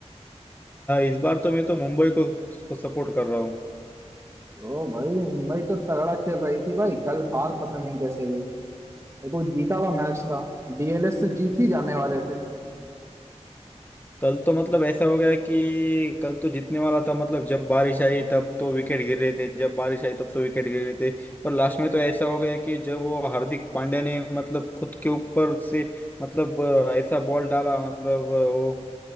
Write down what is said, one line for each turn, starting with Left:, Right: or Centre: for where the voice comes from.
Left: इस बार तो मैं तो मुंबई को सपोर्ट कर रहा हूँ।
Right: ओ भाई मुंबई तो तगड़ा खेल रही थी भाई कल हार पता नहीं कैसे गई देखो जीता हुआ मैच था डीएलएस से जीत ही जाने वाले थे
Left: कल तो मतलब ऐसा हो गया कि कल तो जीतने वाला था मतलब जब बारिश आई तब तो विकेट गिर रहे थे जब बारिश आई तब तो विकेट गिर रहे थे पर लास्ट में तो ऐसा हो गया कि जब वो हार्दिक पांड्या ने मतलब खुद के ऊपर से मतलब अ, ऐसा बॉल डाला मतलब अ, वो